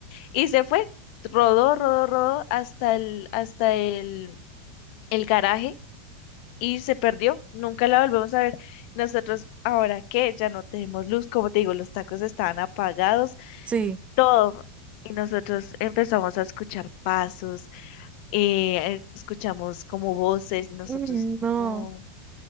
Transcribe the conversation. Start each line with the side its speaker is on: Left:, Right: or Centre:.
Left: Y se fue, rodó, rodó, rodó hasta el, hasta el, el garaje y se perdió, nunca la volvemos a ver. Nosotros, ahora que ya no tenemos luz, como te digo, los tacos estaban apagados,
Right: Sí.
Left: todo. Y nosotros empezamos a escuchar pasos, eh, escuchamos como voces, nosotros
Right: Uy, no.
Left: no.